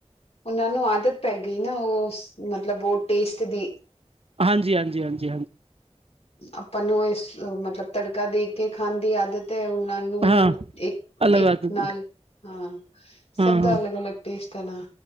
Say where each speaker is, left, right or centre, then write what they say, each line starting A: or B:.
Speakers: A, on the left; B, on the right.
A: ਉਹਨਾਂ ਨੂੰ, ਆਦਤ ਪੈ ਗਈ ਨਾ। ਉਹ ਸ ਮਤਲਬ, ਉਹ ਟੇਸਟ ਦੀ।
B: ਹਾਂਜੀ- ਹਾਂਜੀ, ਹਾਂਜੀ- ਹਾਂਜੀ।
A: ਆਪਾਂ ਨੂੰ, ਇਸ ਮਤਲਬ, ਤੜਕਾ ਦੇ, ਕੇ ਖਾਣ ਦੀ ਆਦਤ। ਤੇ ਉਹਨਾਂ ਨੂੰ,
B: ਹਾਂ
A: ਇੱਕ-
B: ਅਲੱਗ
A: ਇੱਕ,
B: ਆਦਤ
A: ਨਾਲ। ਹਾਂ।
B: ਹਾਂ
A: ਸਭ
B: ਹਾਂ
A: ਦਾ, ਅਲੱਗ- ਅਲੱਗ, ਟੇਸਟ ਹੈ, ਨਾ।